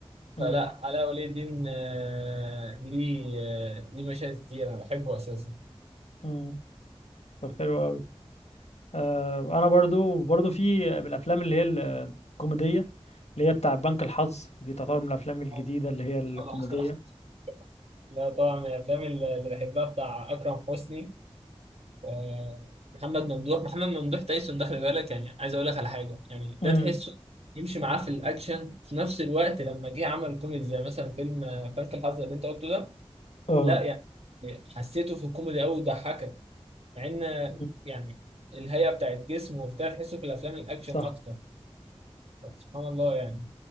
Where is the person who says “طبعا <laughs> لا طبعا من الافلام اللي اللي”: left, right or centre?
Right